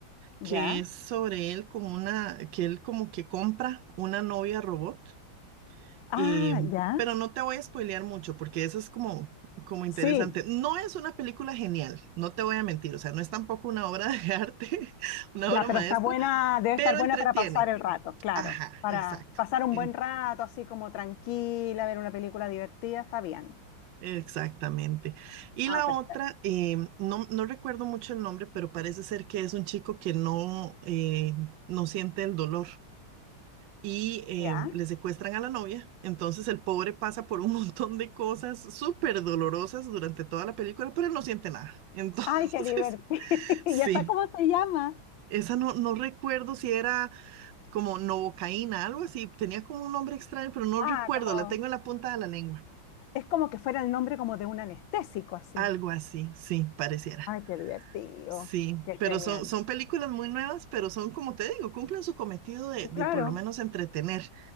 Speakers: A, on the left; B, on the right.
A: ¿Ya?
B: que es sobre él como una, que él como que compra una novia robot.
A: Ah,
B: Eh,
A: ya.
B: pero no te voy a spoilear mucho porque eso es como, como interesante.
A: Sí,
B: No es una película genial, no te voy a mentir, o sea, no es tampoco una obra de <laughs> arte, una
A: ya,
B: obra
A: pero
B: maestra,
A: está buena, debe
B: pero
A: estar buena
B: entretiene.
A: para pasar el rato, claro.
B: Ajá,
A: Para
B: exacto.
A: pasar un
B: en-
A: buen rato, así como tranquila, ver una película divertida, está bien.
B: Exactamente. Y
A: Ah,
B: la
A: perfecto.
B: otra, eh, no, no recuerdo mucho el nombre, pero parece ser que es un chico que no, eh, no siente el dolor. y eh,
A: ¿Ya?
B: le secuestran a la novia. Entonces el pobre pasa por un <laughs> montón de cosas súper dolorosas durante toda la película, pero él no siente nada. Entonces,
A: Ay, qué divertido. <laughs>
B: <laughs> sí,
A: ¿Y esa cómo se llama?
B: esa no, no recuerdo si era como novocaína, algo así. Tenía como un nombre extraño, pero no
A: Ah,
B: recuerdo.
A: como,
B: La tengo en la punta de la lengua.
A: es como que fuera el nombre como de un anestésico, así.
B: Algo así, sí, pareciera.
A: Ay, qué divertido,
B: Sí,
A: qué
B: pero
A: genial.
B: son, son películas muy nuevas, pero son, como te digo, cumplen su cometido de,
A: Y
B: de
A: claro,
B: por lo menos entretener.